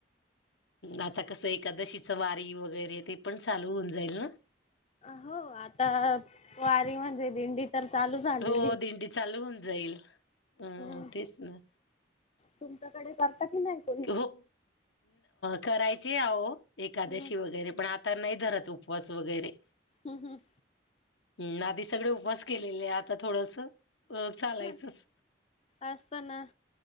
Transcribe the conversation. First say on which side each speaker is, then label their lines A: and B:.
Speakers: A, on the left; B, on the left.
A: आता कसं एकादशीच वारी वगैरे, ते पण चालू होऊन जाईल ना.
B: हो, आता वारी म्हणजे दिंडीत. तर चालू झालेली
A: हो दिंडी चालू होऊन जाईल अ
B: हम्म.
A: तेच ना
B: तुमच्याकडे करता की नाही कोणी?
A: हो करायचे आ हो एकादशी
B: हम्म
A: वगैरे, पण आता नाही धरत उपवास वगैरे.
B: हम् हम्.
A: हम्. आधी सगळे उपवास केलेले आहे, आता थोडंस चालायचंच.
B: हम्म असत ना.